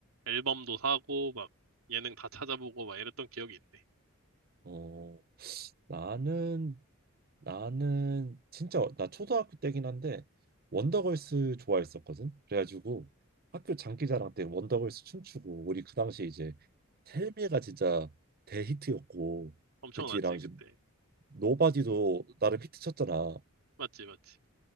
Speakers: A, on the right (about 85°); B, on the right (about 45°).
A: 앨범도 사고 막 예능 다 찾아보고 막 이랬던 기억이 있네.
B: 어, 나는 나는 진짜 나 초등학교 때긴 한데 원더걸스 좋아했었거든. 그래가지고 학교 장기자랑 때 원더걸스 춤추고 우리 그 당시에 이제 텔미가 진짜 대히트였고
A: 엄청났지
B: 그 뒤랑 이제
A: 그때.
B: 노바디도 나름 히트 쳤잖아.
A: 맞지 맞지.